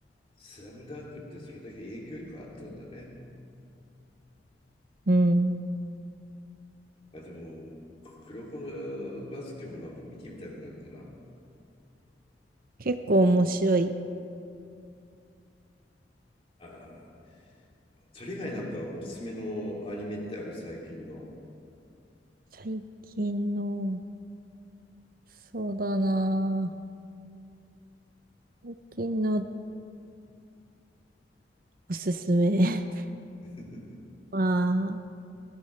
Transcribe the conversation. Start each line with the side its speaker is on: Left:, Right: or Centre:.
Left: スラムダンクってそれだけ影響力あったんだね。
Right: うん。
Left: あ、でも、黒子のバスケもなんか見てみたくなったな。
Right: 結構面白い。
Left: ああ。それ以外なんかおすすめのアニメってある最近の。
Right: 最近の、そうだなぁ。最近のおすすめ。<laughs>
Left: <laughs>
Right: まあ、